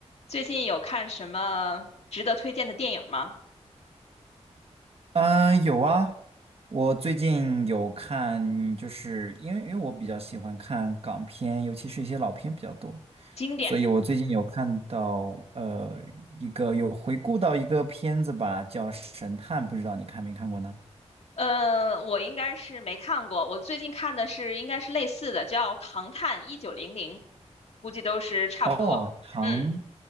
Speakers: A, on the left (about 60°); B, on the right (about 55°).
A: 最近有看什么值得推荐的电影吗？
B: 嗯，有啊，我最近有看，就是因为因为我比较喜欢看港片，尤其是一些老片比较多，
A: 经典的。
B: 所以我最近有看到呃一个有回顾到一个片子吧，叫《神探》，不知道你看没看过呢？
A: 呃，我应该是没看过，我最近看的是应该是类似的，叫《唐探一九零零》，估计都是差不多。
B: 哦，《唐
A: 嗯，